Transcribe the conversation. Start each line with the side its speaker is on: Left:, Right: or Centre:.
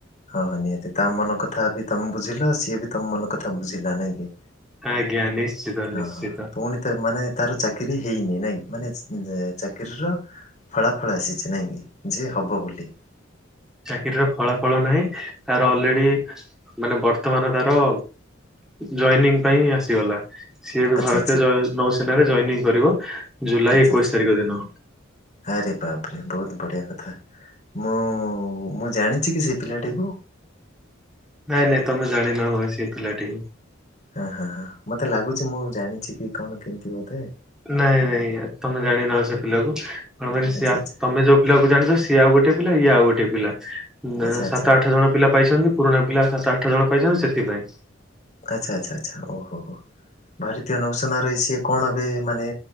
Left: ହଁ ହଁ ନିହାତି ତା ମନ କଥା ବି ତମେ ବୁଝିଲ ସିଏ ବି ତମ ମନ କଥା ବୁଝିଲା ନାଇଁ କି।
Centre: ଆଜ୍ଞା ନିଶ୍ଚିତ
Left: ହଁ
Centre: ନିଶ୍ଚିତ
Left: ହଁ ପୁଣି ମାନେ ତାର ଚାକିରି ହେଇନି ନାଇଁ ମାନେ ଚାକିରୀର ଫଳାଫଳ ଆସିଛି ନାଇଁ କି ଯେ ହେବ ବୋଲି।
Centre: ଚାକିରୀର ଫଳାଫଳ ନାହିଁ ତାର ଅଲରେଡି ମାନେ ବର୍ତ୍ତମାନ ତାର ଜଏନିଂ ପାଇଁ ଆସିଗଲା। ସିଏବେ
Left: ଆଚ୍ଛା
Centre: ଭାରତୀୟ
Left: ଆଚ୍ଛା
Centre: ନୌସେନାରେ ଜଏନିଂ କରିବ ଜୁଲାଇ
Left: ଆଚ୍ଛା
Centre: ଏକୋଇଶ
Left: ଆଚ୍ଛା।
Centre: ତାରିଖ ଦିନ।
Left: ଆରେ ବାପରେ ବହୁତ ବଢ଼ିଆ କଥା। ମୁଁ ମୁଁ ଜାଣିଛି କି ସେ ପିଲାଟିକୁ?
Centre: ନାଇଁ ନାଇଁ ତମେ ଜାଣିନ ହ ସେ ପିଲାଟି।
Left: ହଁ ହଁ ହଁ ମତେ ଲାଗୁଛି ମୁଁ ଜାଣିଛି କି କଣ କେମିତି ବୋଧେ।
Centre: ନାଇଁ ନାଇଁ ତମେ ଜାଣିନ ସେ ପିଲାକୁ କଣ ମାନ
Left: ଆଚ୍ଛା
Centre: ତମେ ଯୋଉ ପିଲା କ ଜାଣିଛ ସିଏ ଆଉ ଗୋଟେ ପିଲା ଇଏ ଆଉ ଗୋଟେ ପିଲା
Left: ଆଚ୍ଛା। ଆଚ୍ଛା ଆଚ୍ଛା
Centre: ସାତ ଆଠ ଜଣ ପିଲା ପାଇଛନ୍ତି। ପୁରୁଣା ପିଲା ସାତ ଆଠ ଜଣ ପାଇଛନ୍ତି ସେଥିପାଇଁ।
Left: ଆଚ୍ଛା ଆଚ୍ଛା ଆଚ୍ଛା ଓହୋହୋ ଭାରତୀୟ ନୌସେନର ରହି ସିଏ କଣ ଏବେ ମାନେ